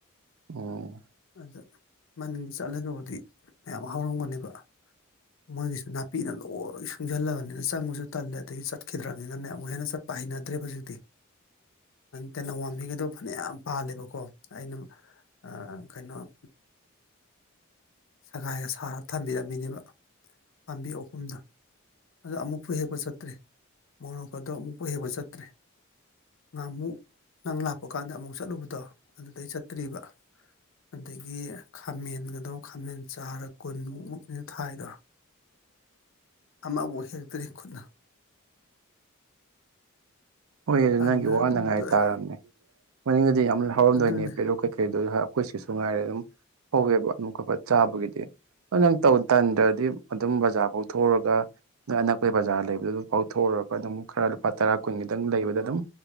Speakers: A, on the right; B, on the left.
A: ꯑꯣ
B: ꯑꯗ ꯃꯅꯤꯡꯗ ꯆꯠꯂꯒꯕꯨꯗꯤ ꯃꯌꯥꯝ ꯍꯥꯎꯔꯝꯒꯅꯦꯕ ꯃꯣꯏꯒꯤꯁꯨ ꯅꯥꯄꯤꯅ ꯂꯣꯏ ꯁꯨꯡꯁꯜꯂꯕꯅꯤꯅ ꯆꯪꯕꯁꯨ ꯇꯜꯂꯦ ꯑꯗꯒꯤ ꯆꯠꯈꯤꯗ꯭ꯔꯕꯅꯤꯅꯅꯦ ꯑꯃꯨꯛ ꯍꯦꯟꯅ ꯆꯠ ꯄꯥꯏꯅꯗ꯭ꯔꯦ ꯍꯧꯖꯤꯛꯇꯤ ꯇꯦꯅꯧꯋꯥꯕꯤꯒꯗꯣ ꯐꯅꯌꯥꯝ ꯄꯥꯜꯂꯦꯕꯀꯣ ꯑꯩꯅ ꯑ ꯀꯩꯅꯣ <unintelligible> ꯊꯥꯔ ꯊꯝꯕꯤꯔꯝꯃꯤꯅꯦꯕ ꯄꯥꯝꯕꯤ ꯑꯍꯨꯝꯗꯣ ꯑꯗꯣ ꯑꯃꯨꯛꯐꯥꯎ ꯍꯦꯛꯄ ꯆꯠꯇ꯭ꯔꯤ ꯃꯣꯔꯣꯛ ꯑꯗꯨ ꯑꯃꯨꯛꯐꯥꯎ ꯍꯦꯛꯄ ꯆꯠꯇ꯭ꯔꯦ ꯉꯍꯥꯃꯨꯛ ꯅꯪ ꯂꯥꯛꯄ ꯀꯥꯟꯗ ꯑꯃꯨꯛ ꯆꯠꯂꯨꯕꯗꯣ ꯑꯗꯨꯗꯩ ꯆꯠꯇ꯭ꯔꯤꯕ ꯑꯗꯒꯤ ꯈꯥꯃꯦꯟꯒꯗꯣ ꯈꯥꯃꯦꯟ ꯆꯥ ꯀꯨꯟꯃꯨꯛꯃꯨꯛꯅꯤꯅ ꯊꯥꯏꯗ ꯑꯃꯕꯨꯥꯎ ꯍꯦꯛꯇ꯭ꯔꯤ ꯈꯨꯠꯅ
A: ꯍꯣꯏ ꯑꯗꯨ
B: ꯇꯟꯗꯅ
A: ꯅꯪꯒꯤ ꯋꯥꯅꯉꯥꯏ
B: ꯑꯗꯨꯝ ꯇꯣꯛꯑꯦ
A: ꯇꯥꯔꯝꯃꯦ ꯃꯅꯤꯡꯗꯨꯗꯤ ꯌꯥꯝ ꯍꯥꯎꯔꯝꯗꯣꯏꯅꯦ
B: ꯑꯗꯨꯅꯤ
A: ꯄꯦꯔꯣꯛ ꯀꯩꯀꯩꯗꯨ ꯑꯩꯈꯣꯏꯁꯤꯁꯨ ꯉꯥꯏꯔꯦ ꯑꯗꯨꯝ ꯍꯧꯋꯦꯕ ꯑꯗꯨꯝ ꯈꯣꯠꯄ ꯆꯥꯕꯒꯤꯗꯤ ꯅꯪ ꯇꯟꯗ꯭ꯔꯗꯤ ꯑꯗꯨꯝ ꯕꯖꯥꯔ ꯐꯥꯎꯊꯣꯎꯔꯒ ꯑ ꯑꯅꯛꯄꯒꯤ ꯕꯖꯥꯔ ꯂꯩꯕꯗꯨ ꯑꯗꯨ ꯐꯥꯎꯊꯎꯨꯔꯒ ꯑꯗꯨꯝ ꯈꯔ ꯂꯨꯄꯥ ꯇꯔꯥ ꯀꯨꯟꯒꯤꯗꯪ ꯂꯩꯕꯗ ꯑꯗꯨꯝ